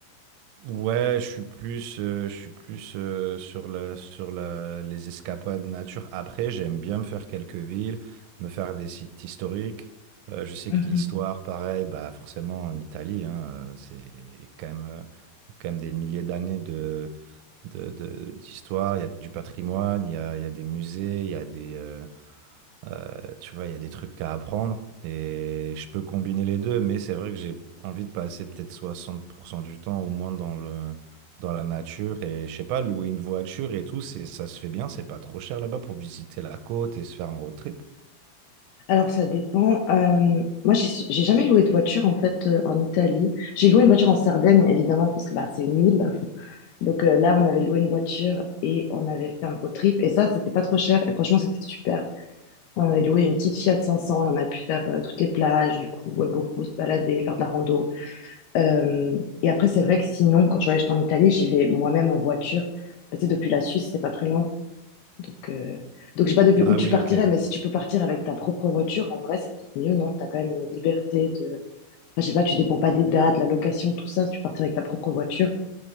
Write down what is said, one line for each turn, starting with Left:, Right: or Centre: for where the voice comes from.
Right: Ouais, je suis plus, euh, je suis plus euh, sur la, sur la, les escapades nature. Après, j'aime bien me faire quelques villes, me faire des sites historiques. Euh, je sais
Left: Mhm.
Right: que l'histoire, pareil, bah forcément en Italie, hein, euh, c'est quand même, euh, quand même des milliers d'années de, de, de- d'histoire. Il y a du patrimoine, il y a, il y a des musées, il y a des, euh, euh, tu vois, il y a des trucs à apprendre et je peux combiner les deux, mais c'est vrai que j'ai envie de passer peut-être 60% du temps au moins dans le, dans la nature et je sais pas, louer une voiture et tout, c'est, ça se fait bien, c'est pas trop cher là-bas pour visiter la côte et se faire un road trip.
Left: Alors, ça dépend. Euh, moi, j'ai j'ai jamais loué de voiture, en fait, euh, en Italie. J'ai loué une voiture en Sardaigne, évidemment, parce que bah, c'est une île. Donc euh, là, on avait loué une voiture et on avait fait un road trip. Et ça, c'était pas trop cher. Et franchement, c'était super. On avait loué une petite Fiat 500 et on a pu faire euh, toutes les plages, du coup, ouais, beaucoup se balader, faire de la rando. Euh, et après, c'est vrai que sinon, quand je voyage en Italie, j'y vais moi-même en voiture. Parce que depuis la Suisse, c'est pas très loin. Donc, euh... donc je sais pas depuis
Right: Ah
Left: où tu
Right: oui,
Left: partirais,
Right: ok.
Left: mais si tu peux partir avec ta propre voiture, en vrai, c'est peut-être mieux, non? T'as quand même une liberté de... Enfin, je sais pas, tu dépends pas des dates, la location, tout ça. Si tu partir avec ta propre voiture,